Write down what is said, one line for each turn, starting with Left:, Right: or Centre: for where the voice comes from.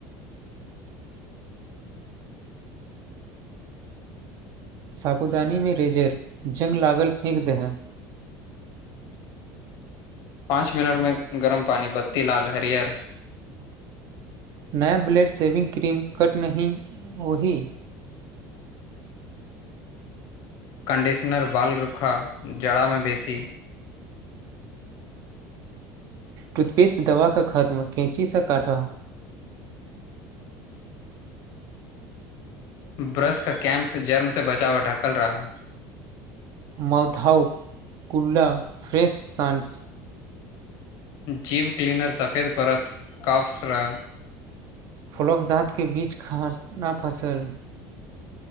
Right: साबुदानीमे रेजर जंघ लागल फेक दहै
Left: पाँच मिनट मे गरम पानि बस तिलाल हरिअर
Right: नया ब्लेड शेविङ्ग क्रीम कट नहि ओहि
Left: कन्डिशनर बाल रूखा जराामे बेसी
Right: टूथपेस्ट दवाके खत्म कैँचीसँ काट
Left: ब्रश क कैम्प जर्मसँ बचाव ढकल रह
Right: माउथहाउ कुला फ्रेश संस
Left: जीव क्लीनर सफेद पड़त कफसलरा
Right: फलक्स दाँतके बीच खाना न फसल